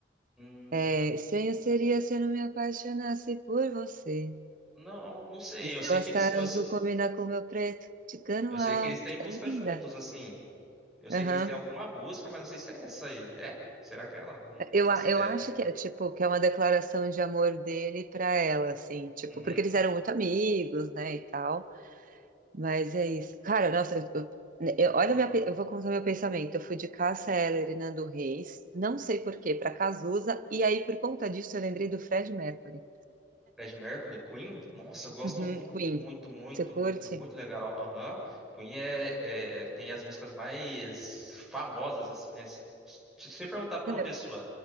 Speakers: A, in the centre; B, on the right.
A: Hum,
B: É, estranho seria se eu não me apaixonasse por você.
A: não, não sei,
B: O
A: eu
B: seu
A: sei que
B: All
A: eles,
B: Star
A: eu,
B: Azul combina com o meu preto, de
A: eu
B: alto.
A: sei que eles têm música
B: É linda.
A: juntos, assim. Eu sei
B: Aham.
A: que eles têm alguma música, mas não sei se é essa aí. É? Será que é ela? Não, não
B: Eu,
A: faço
B: a-
A: ideia.
B: eu acho que é tipo que é uma declaração de amor dele pra ela, assim, tipo,
A: Uhum.
B: porque eles eram muito amigos, né, e tal. Mas é isso. Cara, nossa, eu, eu- né, eu- olha,
A: No
B: minha,
A: do
B: pe- eu vou contar meu pensamento. Eu fui de Cássia Eller e Nando Reis, não sei por quê, pra Cazuza, e aí por conta disso eu lembrei do Fred Mercury.
A: Fred Mercury, Queen? Nossa, eu gosto
B: Uhum,
A: muito,
B: Queen.
A: muito, muito,
B: Você curte?
A: muito. É muito legal. Aham. Queen é, é- tem as músicas mais famosas, assim, né? Se se você perguntar pra
B: É.
A: uma pessoa,